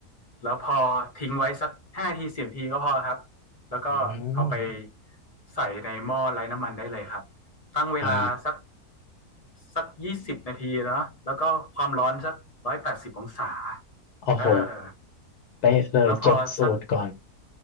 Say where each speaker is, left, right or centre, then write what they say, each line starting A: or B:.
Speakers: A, on the left (about 45°); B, on the left (about 80°).
A: แล้วพอทิ้งไว้สักห้าทีสิบทีก็พอครับ แล้วก็เอาไป
B: อืม
A: ใส่ในหม้อไร้น้ำมันได้เลยครับ ตั้งเวลาสัก
B: อ่า
A: สักยี่สิบนาทีเนาะแล้วก็ความร้อนสักร้อยแปดสิบองศา
B: โอ้โห
A: เออ
B: เป๊ะเลยจดสูตรก่อน
A: แล้วพอสัก